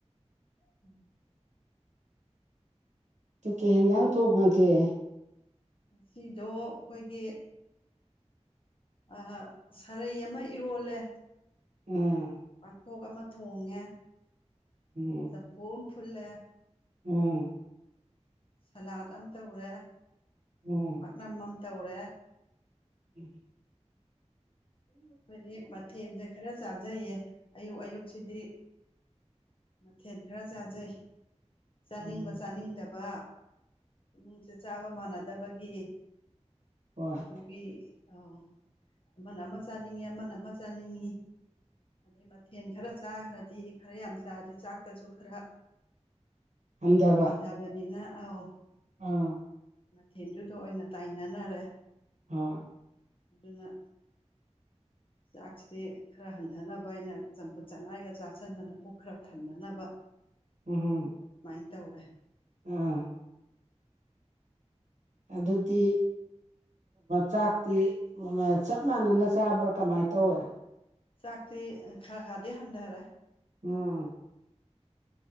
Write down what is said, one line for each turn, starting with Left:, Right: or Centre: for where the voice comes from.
Left: <inaudible>
Right: ꯀꯥꯀꯩ ꯏꯟꯁꯥꯡ ꯊꯣꯡꯉꯥꯒꯦ
Left: ꯉꯁꯤꯗꯣ ꯑꯩꯈꯣꯏꯒꯤ ꯑ ꯁꯥꯔꯩ ꯑꯃ ꯏꯔꯣꯜꯂꯦ
Right: ꯎꯝ
Left: ꯄꯥꯡꯈꯣꯛ ꯑꯃ ꯊꯣꯡꯉꯦ
Right: ꯎꯝ
Left: ꯆꯝꯐꯨ ꯑꯃ ꯐꯨꯠꯂꯦ
Right: ꯎꯝ
Left: ꯁꯂꯥꯠ ꯑꯃ ꯇꯧꯔꯦ
Right: ꯎꯝ
Left: ꯄꯥꯛꯅꯝ ꯑꯃ ꯇꯧꯔꯦ
Right: ꯎꯝ
Left: ꯈꯣꯏꯗꯤ ꯃꯊꯦꯜꯁꯦ ꯈꯔ ꯆꯥꯖꯩꯌꯦ ꯑꯌꯨꯛ ꯑꯌꯨꯛꯁꯤꯗꯤ ꯃꯊꯦꯜ ꯈꯔ ꯆꯥꯖꯩ ꯆꯥꯅꯤꯡꯕ
Right: ꯎꯝ
Left: ꯆꯥꯅꯤꯡꯗꯕ ꯏꯃꯨꯡꯁꯦ ꯆꯥꯕ ꯃꯥꯟꯅꯗꯕꯒꯤ
Right: ꯍꯣꯏ
Left: ꯑꯗꯨꯒꯤ ꯑꯣ ꯑꯃꯅ ꯑꯃ ꯆꯥꯅꯤꯡꯏ ꯑꯃꯅ ꯑꯃ ꯆꯥꯅꯤꯡꯉꯤ ꯑꯗꯩꯩ ꯊꯦꯟ ꯈꯔ ꯆꯥꯈ꯭ꯔꯗꯤ ꯈꯔ ꯌꯥꯝ ꯆꯥꯔꯗꯤ ꯆꯥꯛꯇꯁꯨ ꯈꯔ
Right: ꯍꯟꯊꯕ
Left: ꯍꯟꯗꯕꯅꯤꯅ ꯑ ꯑꯣ
Right: ꯑꯥ
Left: ꯊꯦꯟꯗꯨꯗ ꯑꯣꯏꯅ ꯇꯥꯏꯅꯅꯔꯦ
Right: ꯍꯣꯏ
Left: ꯑꯗꯨꯅ ꯆꯥꯛꯁꯤꯗꯤ ꯈꯔ ꯍꯟꯊꯅꯕ ꯑꯩꯅ ꯆꯝꯐꯨꯠ ꯆꯅꯥꯏꯒ ꯆꯥꯁꯤꯟꯗꯅ ꯄꯨꯛ ꯈꯔ ꯊꯟꯅꯅꯕ
Right: ꯎꯝ ꯍꯝ
Left: ꯑꯗꯨꯃꯥꯏꯅ ꯇꯧꯔꯦ
Right: ꯑꯥ ꯑꯗꯨꯗꯗꯤ ꯆꯥꯛꯇꯤ ꯆꯞ ꯃꯥꯟꯅꯅ ꯆꯥꯕ꯭ꯔꯥ ꯀꯃꯥꯏꯅ ꯇꯧꯋꯦ
Left: ꯆꯥꯛꯇ ꯈꯔ ꯈꯥꯗꯦ ꯍꯟꯗ ꯍꯔ
Right: ꯑꯝ